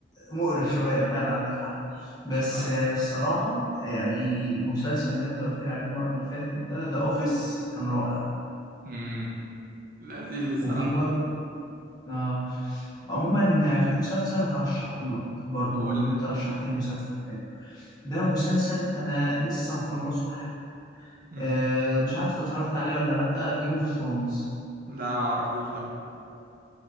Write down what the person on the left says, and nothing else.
مقرف شويه فعلا عندك حق بس
آه، الصراحه يعني المسلسل اللي انت قلت لي عليه المره اللي فاتت ده ذا اوفيس كان رائع
وفي برضه آه عموما آه، في مسلسل هرشحهولك برضه
من
انت رشحت لي مسلسل حلو ده مسلسل انا لسه مخلصه حالا
آه مش عارف انت اتفرجت عليه ولا لا جيم اوف ثرونز